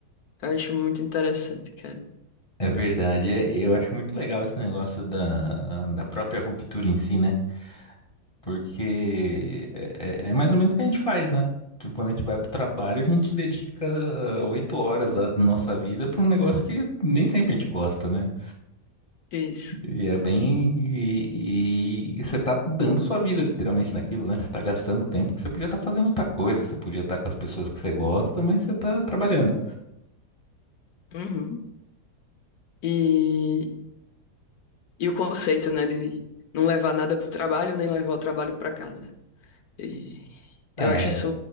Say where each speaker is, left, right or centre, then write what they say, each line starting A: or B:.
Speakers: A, on the left (about 70°); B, on the left (about 25°).
A: Eu acho muito interessante, cara.
B: é verdade. É, Eu acho muito legal esse negócio da, da própria ruptura em si, né? Porque é, é é mais ou menos o que a gente faz, né? Tipo, quando a gente vai pro trabalho, a gente dedica oito horas lá da nossa vida pra um negócio que nem sempre a gente gosta, né?
A: Isso.
B: E é bem. E, e- e você tá dando sua vida literalmente naquilo, né? Você tá gastando tempo que você podia estar fazendo outra coisa, você podia estar com as pessoas que você gosta, mas você tá trabalhando.
A: Uhum. E, e o conceito, né, de não levar nada pro trabalho, nem levar o trabalho pra casa. E
B: É,
A: eu acho isso,